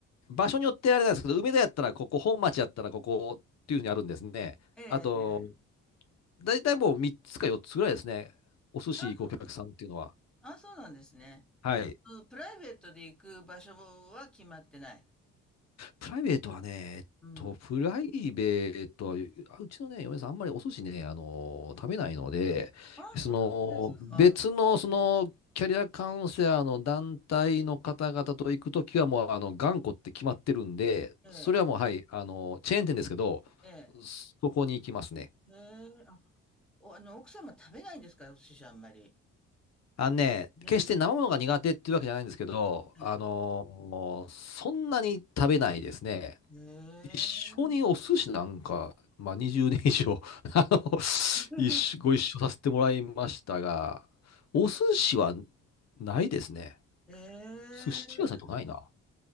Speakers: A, on the left; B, in the centre.
A: 場所によってあれなんですけど、梅田やったらここ、本町やったらここっていうふうにあるんですね。
B: ええ、
A: あと、
B: ええ
A: 大体もう3つか4つぐらいですね。お寿司行くお客さんっていうのは。
B: ああ、そうなん、ああ、そうなんですね。
A: はい。
B: うんプライベートで行く場所は決まってない。
A: プライベートはね、えっと、
B: うん。
A: プライベートは、あうちのね、嫁さん、あんまりお寿司ね、あのー食べないので、
B: ああ、
A: その、
B: そう
A: 別の、
B: なんだ。
A: その、キャリアカウンセラーの団体の方々と行くときは、もう、あの、頑固って決まってるんで、
B: ええ、
A: それはもう、はい、あの、チェーン店ですけど、
B: ええ、
A: そこに行きますね。
B: ええ、あ、お、あの、奥様食べないんですかお寿司あんまり。
A: あのね、
B: 珍し
A: 決して生ものが苦手っていうわけじゃないんですけど、
B: いね。
A: あのーそんなに食べないですね。
B: ええ、
A: 一緒にお寿司なんか、まあ、20年以上 <laughs> あの
B: <laughs>
A: 一緒ご一緒させてもらいましたが、お寿司はないですね。
B: ええ、
A: 寿司屋さんとかないな。
B: ええ